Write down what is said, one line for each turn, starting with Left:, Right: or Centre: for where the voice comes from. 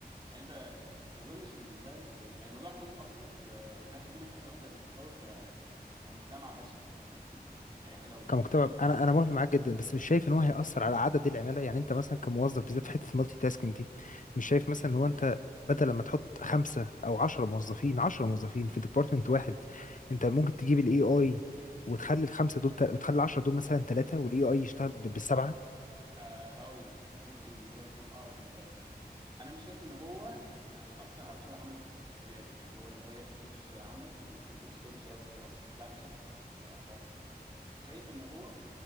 Right: يعني انت ما اظنش ان فاهم هيبقى الموضوع هيكون ابسط و... وده هيدينا فرصه اكتر للتطور كمجتمع بشري فاهم قصدي يعني احنا لو بنتكلم
Left: كمجتمع انا انا موافق معاك جدا بس مش شايف ان هو هيأثر على عدد العماله يعني انت مثلا كموظف بالذات في حته المالتي تاسكينج دي مش شايف مثلا ان هو انت بدل لما تحط خمسه او عشرة موظفين عشرة موظفين في ديبارتمنت واحد انت ممكن تجيب الاي اي وتخلي الخمسه دول تل... وتخلي العشرة دول مثلا ثلاثه والاي اي يشتغل ب- بالسبعه
Right: آه هقول لك ممكن الموضوع يكون اقرب ازاي تمام انا مش شايف ان هو هيأثر على سوق العمل بال- بالطريقه دي اللي هو ان هو ياخد نص سوق العمل والناس النص دول مش هيلاقوا شغل اصلا لا مش شايفها كده خالص يعني شايف ان هو